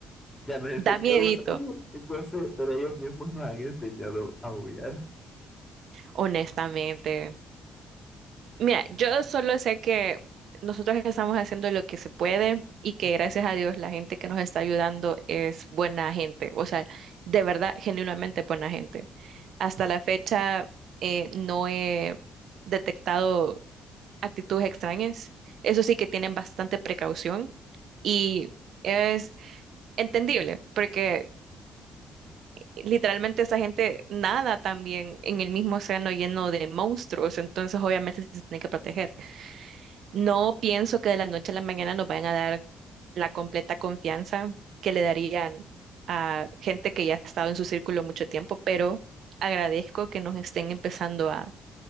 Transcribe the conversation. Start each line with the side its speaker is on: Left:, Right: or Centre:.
Left: ya nos enseñan.
Right: Da miedito,
Left: Ellos, <laughs> yo sé, pero ellos mismos nos han enseñado a aullar.
Right: honestamente. Mira, yo solo sé que nosotros estamos haciendo lo que se puede y que gracias a Dios la gente que nos está ayudando es buena gente, o sea, de verdad, genuinamente buena gente. Hasta la fecha eh, no he detectado actitudes extrañas. Eso sí que tienen bastante precaución y es entendible porque literalmente esa gente nada también en el mismo océano lleno de monstruos, entonces obviamente se tienen que proteger. No pienso que de la noche a la mañana nos vayan a dar la completa confianza que le darían a gente que ya ha estado en su círculo mucho tiempo, pero agradezco que nos estén empezando a